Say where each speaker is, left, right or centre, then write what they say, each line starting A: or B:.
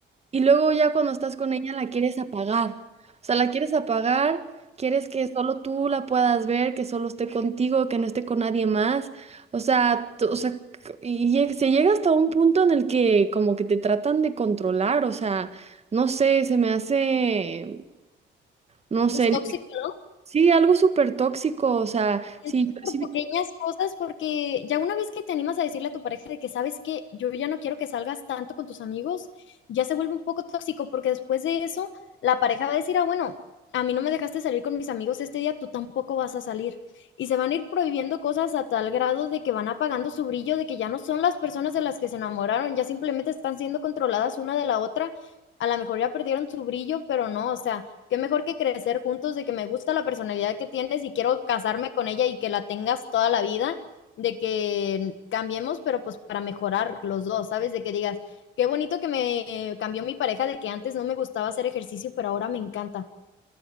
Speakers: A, on the right; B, on the left.
A: Y luego ya cuando estás con ella la quieres apagar, o sea, la quieres apagar, quieres que solo tú la puedas ver, que solo esté contigo, que no esté con nadie más, o sea, tú- o sea, c- y lleg- se llega hasta un punto en el que como que te tratan de controlar, o sea, no sé, se me hace... No sé,
B: Pues tóxico, ¿no?
A: Sí, algo súper tóxico, o sea,
B: Siento
A: sí,
B: que por
A: sí,
B: pequeñas cosas, porque ya una vez que te animas a decirle a tu pareja de que: "¿Sabes que Yo ya no quiero que salgas tanto con tus amigos", ya se vuelve un poco tóxico, porque después de eso, la pareja va a decir: "Ah, bueno, a mí no me dejaste salir con mis amigos este día, tú tampoco vas a salir". Y se van a ir prohibiendo cosas a tal grado de que van apagando su brillo, de que ya no son las personas de las que se enamoraron, ya simplemente están siendo controladas una de la otra. A la mejor ya perdieron su brillo, pero no, o sea, qué mejor que crecer juntos, de que me gusta la personalidad que tienes y quiero casarme con ella y que la tengas toda la vida, de que cambiemos, pero pues para mejorar los dos, ¿sabes? De que digas, qué bonito que me cambió mi pareja, de que antes no me gustaba hacer ejercicio, pero ahora me encanta.